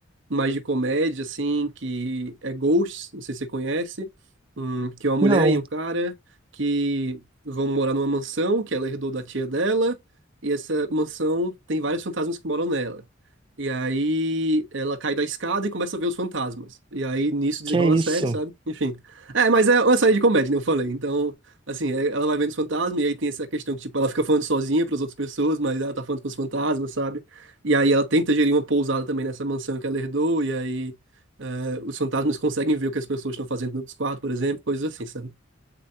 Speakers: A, on the right (about 65°); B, on the right (about 25°).
A: mais de comédia, assim, que é Ghosts, não sei se você conhece, hum, que é uma mulher
B: Não,
A: e um cara que vão morar numa mansão que ela herdou da tia dela, e essa mansão tem vários fantasmas que moram nela. E aí ela cai da escada e começa a ver os fantasmas. E aí nisso desenrola
B: que é
A: a
B: isso?
A: série, sabe? Enfim. É, mas é uma série de comédia, né? Eu falei. Então, assim, é- ela vai vendo os fantasmas e aí tem essa questão que, tipo, ela fica falando sozinha para as outras pessoas, mas ela tá falando com os fantasmas, sabe? E aí ela tenta gerir uma pousada também nessa mansão que ela herdou, e aí eh, os fantasmas conseguem ver o que as pessoas estão fazendo nos quartos, por exemplo, coisas assim, sabe?